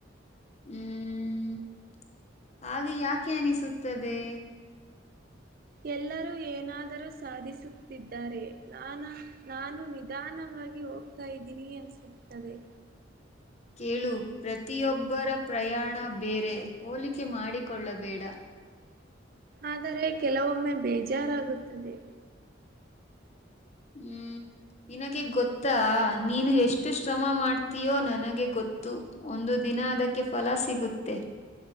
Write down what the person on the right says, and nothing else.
ಎಲ್ಲರೂ ಏನಾದರೂ ಸಾಧಿಸುತ್ತಿದ್ದಾರೆ ನಾನ ನಾನು ನಿಧಾನ. ಹೋಗ್ತಾ ಇದ್ದೀನಿ ಅನ್ನಿಸುತ್ತದೆ.
ಆದರೆ ಕೆಲವೊಮ್ಮೆ ಬೇಜಾರಾಗುಋತ್ತದೆ.